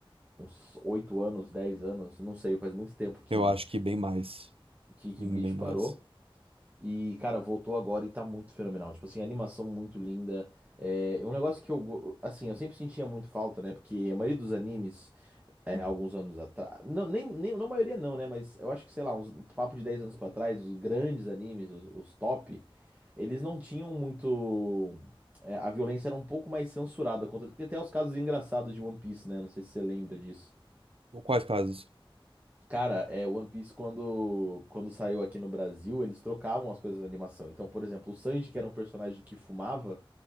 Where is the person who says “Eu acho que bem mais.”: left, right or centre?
Right